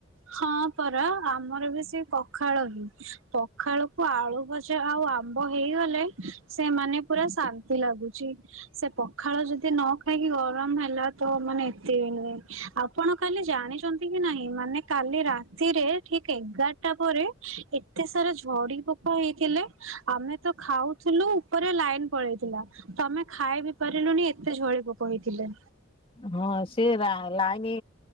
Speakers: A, on the right; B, on the left.
A: ହଁ ପରା ଆମର ବି ସେ ପଖାଳ ହିଁ ପଖାଳକୁ ଆଳୁ ଭ ଜା ଆଉ ଆମ୍ବ ହେଇଗଲେ ସିଏ ମାନେ ପୁରା ଶାନ୍ତି ଲାଗୁଚି। ସେ ପଖାଳ ଯଦି ନ ଖାଇକି ଗରମ ହେଲା ତ ମାନେ ଏତେ ଇଏ ନୁହେଁ ଆପଣ କାଲି ଜାଣିଚନ୍ତି କି ନାହିଁ ମାନେ କାଲି ରାତିରେ ଠିକ୍ ଏଗାରଟା ପରେ ଏତେ ସାରା ଝଡି ପୋକ ହେଇଥିଲେ। ଆମେ ତ ଖାଉଥିଲୁ ଉପରେ ଲାଇନ୍ ପଳେଇଥିଲା। ତ ଆମେ ଖାଇ ବିି ପାରିଲୁନି ଏତେ ଝଳି ପୋକ ହେଇଥିଲେ।
B: ହଁ ସେ ରା ଲାଇନି